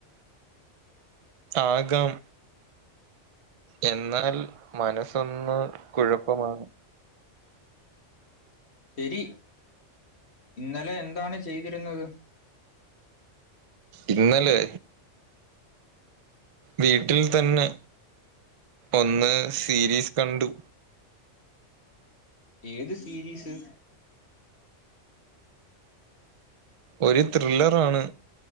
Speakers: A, on the right (about 45°); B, on the left (about 60°).
A: ആകാം എന്നാൽ മനസ്സൊന്ന് കുഴപ്പമാണ്
B: ശരി ഇന്നലെ എന്താണ് ചെയ്തിരുന്നത്
A: ഇന്നലെ വീട്ടിൽ തന്നെ ഒന്ന് സീരീസ് കണ്ടു
B: ഏത് സീരീസ്
A: ഒരു ത്രില്ലറാണ്